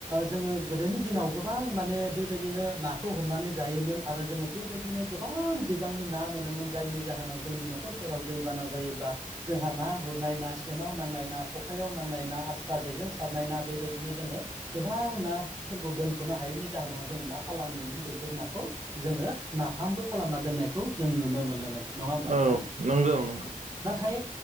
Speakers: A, on the right (about 25°); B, on the right (about 60°).
A: जोङो गोदोनि दिनाव गोबां माने बेबायदि बिदिनो नाखौ हमनानै जायोमोन आरो जोङो बेबायदिनो गोबां बिबांनि ना मोनोमोन जायनि जाहोनाव जोंनि न' न'खरफोराव दैबाना जायोब्ला जोंहा ना गुरनाय ना सेनाव नांनाय ना खखायाव नांनाय ना आस्रा जेजों सारनाय ना बेबायदिनो जोङो गोबां नाफोरखौ दोनख'नो हायैनि जाहोनाव जों मा खालामोमोन बेैफोर नाखौ जोङो नाफामबो खालामना दोननाय खौ जों नुनो मोनोमोन नङा होमबा
B: औ
A: नोंथां
B: नंगौ नंगौ
A: नाथाय